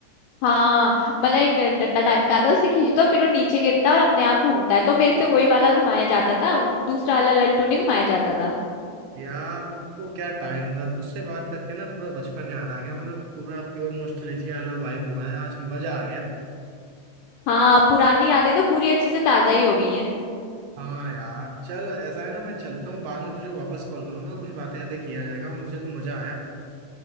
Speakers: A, on the left; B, on the right.
A: हाँ मतलब एक ड- डंडा टाइप का आता है उसे खींचो तो फिर वो नीचे गिरता है और अपने आप घूमता है तो मेरे से वही वाला घुमाया जाता था दूसरा वाला लट्टू नहीं घुमाया जाता था
B: यार तो क्या टाइम था तुझसे बात करके ना पूरा बचपन याद आ गया मतलब पूरा प्योर नॉस्टैल्जिया वाला वाइब हुआ है आज मजा आ गया
A: हाँ पुरानी यादें तो पूरी अच्छे से ताजा ही हो गई हैं
B: हाँ यार चल ऐसा है ना मैं चलता हूँ बाद में तुझे वापस कॉल करूंगा कुछ बातें यातें किया जाएगा मुझे तो मजा आया